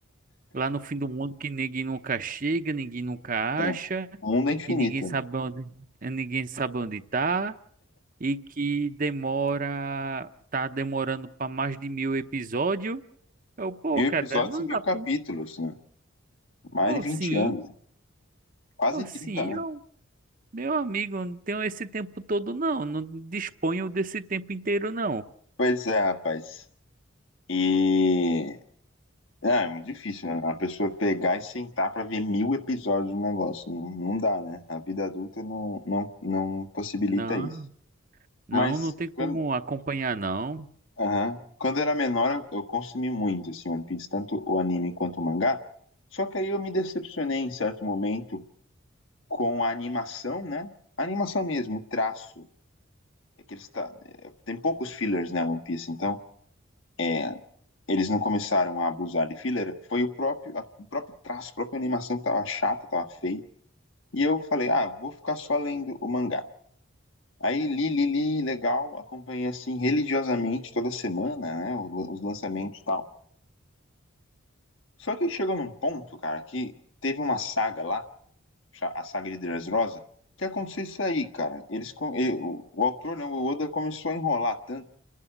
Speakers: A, on the right; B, on the left.
A: Lá no fim do mundo que ninguém nunca chega, ninguém nunca
B: É.
A: acha,
B: O mundo é infinito.
A: e ninguém sabe
B: né?
A: onde, eh, ninguém sabe onde tá, e que demora, tá demorando para mais de mil episódios. Eu, pô,
B: Mil
A: cara,
B: episódios
A: não
B: e mil
A: dá pra.
B: capítulos, né? Mais
A: Oh,
B: de 20
A: sim,
B: anos, né? quase
A: oh, sim,
B: trinta anos.
A: eu, meu amigo, eu não tenho esse tempo todo, não. Não disponho desse tempo inteiro, não.
B: Pois é, rapaz. E É, é muito difícil, né? A pessoa pegar e sentar pra ver mil episódios do negócio. Não, não dá, né? A vida adulta não, não, não possibilita
A: Não,
B: isso.
A: não,
B: Mas
A: não tem como
B: quando,
A: acompanhar, não.
B: aham. quando eu era menor, eu, eu consumi muito assim, One Piece, tanto o anime quanto o mangá. Só que aí eu me decepcionei em certo momento com a animação, né? A animação mesmo, o traço. É que eles tá, é, tem poucos fillers, né, One Piece? Então, é, eles não começaram a abusar de filler. Foi o próprio, a- o próprio traço, a própria animação que tava chata, tava feia. E eu falei, ah, vou ficar só lendo o mangá. Aí li, li, li, legal, acompanhei assim religiosamente toda semana, né, o- os lançamentos e tal. Só que chegou num ponto, cara, que teve uma saga lá, cha- a saga de Dressrosa, que aconteceu isso aí, cara. Eles, co- e- o, o autor, não, o Oda começou a enrolar tanto,